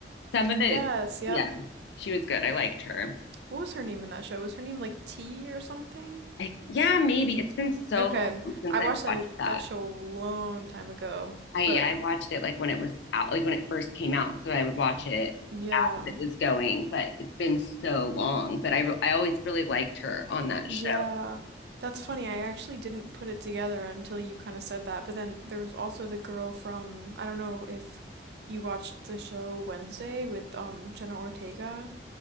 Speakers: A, on the left (about 75°); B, on the right (about 65°).
A: Some of it,
B: Yes, yep.
A: yeah, she was good. I liked her.
B: What was her name in that show? Was her name like T or something?
A: I, yeah, maybe it's been so
B: Okay.
A: long since
B: I
A: I
B: watched that
A: watched that.
B: that show a long time ago,
A: I yeah,
B: but
A: I watched it like when it was out, like when it first came out, so I would watch it
B: yeah.
A: as it was going. But it's been so long. But I re- I always really liked her on that
B: Yeah.
A: show.
B: That's funny. I actually didn't put it together until you kind of said that. But then there was also the girl from, I don't know if you watched the show Wednesday with um Jenna Ortega.